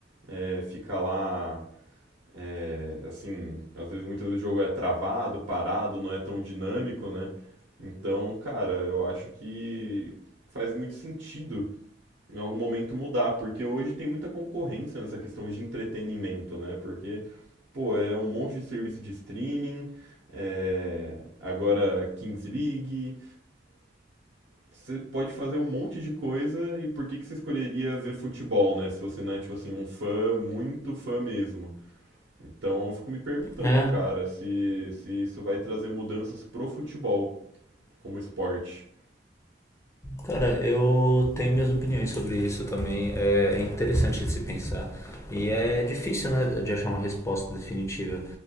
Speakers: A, on the right (about 70°); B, on the left (about 15°).
A: é, ficar lá, é, assim, às vezes muitas vezes o jogo é travado, parado, não é tão dinâmico, né? Então, cara, eu acho que faz muito sentido em algum momento mudar, porque hoje tem muita concorrência nessa questão de entretenimento, né? Porque, pô, é um monte de serviço de streaming, é, agora Kings League, você pode fazer um monte de coisa e por que que você escolheria ver futebol, né? Se você não é, tipo assim, um fã, muito fã mesmo. Então eu fico me perguntando,
B: É.
A: cara, se, se isso vai trazer mudanças pro futebol como esporte.
B: Cara, eu tenho minhas opiniões sobre isso também. É é interessante de se pensar. E é difícil, né, de achar uma resposta definitiva.